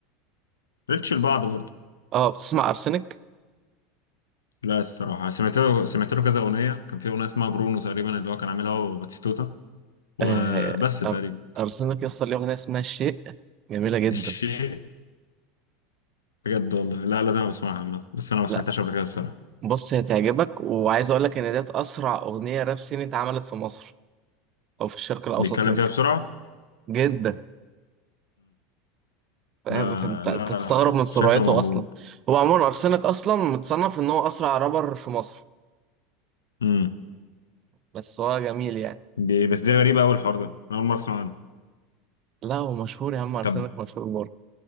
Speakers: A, on the left; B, on the right.
A: ريتش لبعض برضه
B: اه بتسمع ارسنك
A: لا الصراحه سمعت له سمعت له كذا اغنيه كان في اغنيه اسمها برونو تقريبا اللي هو كان عاملها هو وباتيستوتا وبس
B: آه...
A: تقريبا
B: أر... ارسنك يا اسطى ليه اغنية اسمها الشيء جميلة جدا
A: الشيء بجد والله لا لازم أبقى اسمعها عامة. بس انا ما
B: لا
A: سمعتهاش قبل كده الصراحه
B: بص هي تعجبك وعايز اقول لك ان ديت اسرع اغنيه راب صيني اتعملت في مصر او في الشرق الاوسط
A: بيتكلم
B: ممكن
A: فيها بسرعه
B: جدا فاهم
A: ده
B: فانت
A: لا
B: انت تستغرب من سرعته
A: شكله موهوب
B: اصلا هو عموما ارسنال اصلا متصنف ان هو اسرع رابر في مصر
A: امم
B: بس هو جميل يعني
A: دي بس دي غريبة أول الحوار ده أنا أول مرة أسمع عنه
B: لا هو مشهور يا عم ارسنال
A: طب
B: مشهور برضه